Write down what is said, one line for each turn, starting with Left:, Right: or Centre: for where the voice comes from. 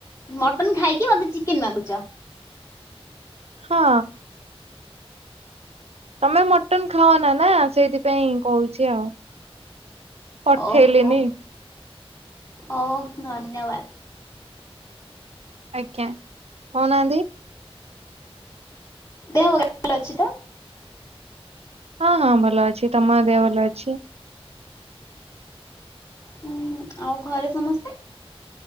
Left: ମଟନ ଖାଇକି ମତେ ଚିକେନ ମାଗୁଛ।
Right: ହଁ। ତମେ ମଟନ ଖାଅନା ନା ସେଇଥିପାଇଁ କହୁଛି ଆଉ। ପଠେଇଲିନି
Left: ଓହୋ ଓ ଧନ୍ୟବାଦ।
Right: ଆଜ୍ଞା କହୁ ନାହାନ୍ତି।
Left: ଦେହ ଭଲ ଅଛି ତ?
Right: ହଁ ହଁ ଭଲ ଅଛି। ତମର ଦେହ ଭଲ ଅଛି?
Left: ହୁଁ ଆଉ ଘରେ ସମସ୍ତେ?